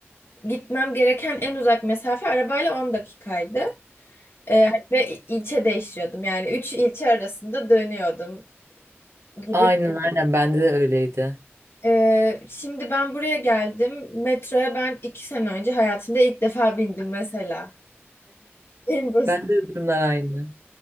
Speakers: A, on the left (about 65°); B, on the right (about 80°).
A: gitmem gereken en uzak mesafe arabayla 10 dakikaydı. Ee, ve il- ilçe değişiyordum. Yani 3 ilçe arasında dönüyordum gibi.
B: Aynen aynen bende de öyleydi.
A: Ee, şimdi ben buraya geldim. Metroya ben 2 sene önce hayatımda ilk defa bindim mesela. En basit.
B: Bende de durumlar aynı.